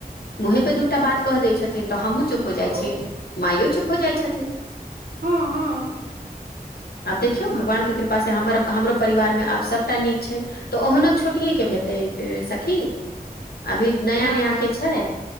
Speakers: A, on the left (about 80°); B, on the right (about 70°).
A: मुंहे पे दू टा बात कह दै छथिनऽ हमूँ चुप चप हो जाइ
B: तऽ ओ
A: छिय माइयो चुप हो जाइ छथिन
B: हँ हँ
A: आब देखियौ भगवान के कृपा से हमर हमरो परिवार मे आब सब टा नीक छै तऽ ओहनो छोटिये के भेटै सखी अभी नया
B: न
A: नया
B: न
A: के छै